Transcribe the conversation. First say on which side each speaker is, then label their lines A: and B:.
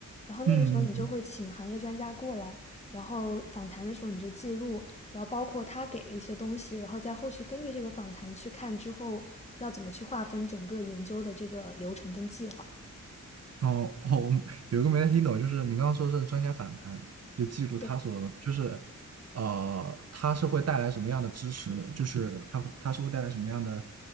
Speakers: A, on the left; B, on the right.
A: 然后那个时候你就会请行业专家过来，
B: 嗯嗯嗯
A: 然后访谈的时候你就记录，然后包括他给的一些东西，然后在后续根据这个访谈去看之后要怎么去划分整个研究的这个流程跟计划。
B: 哦哦，我有一个没太听懂，就是你刚刚说是专家访谈，就记住他所就是
A: 对。
B: 呃他是会带来什么样的支持，就是他会他是会带来什么样的